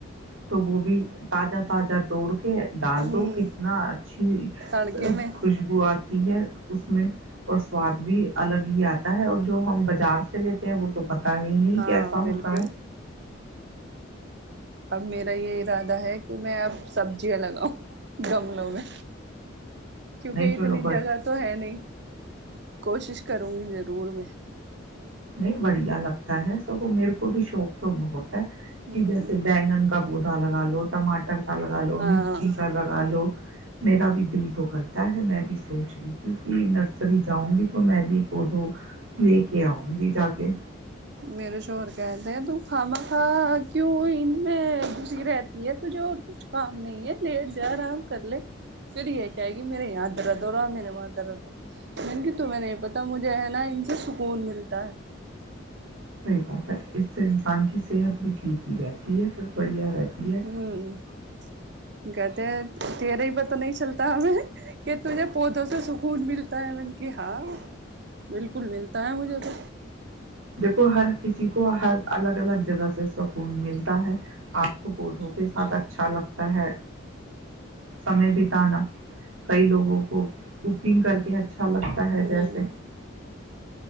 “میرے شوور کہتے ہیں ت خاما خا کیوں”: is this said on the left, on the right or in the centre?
Right